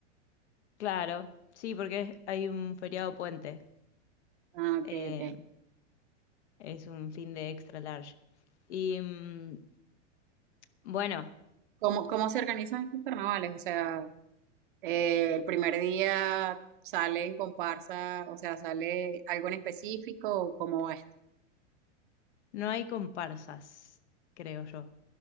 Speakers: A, on the left; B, on the right.
A: Claro, sí, porque es- hay un feriado puente.
B: Ah,
A: Eh,
B: ok, ok.
A: es un fin de extra large. Y mm, bueno,
B: ¿Cómo, cómo se organizan estos carnavales? O sea, eh, el primer día sale en comparsa, o sea, sale algo en específico, o ¿cómo va esto?
A: no hay comparsas, creo yo.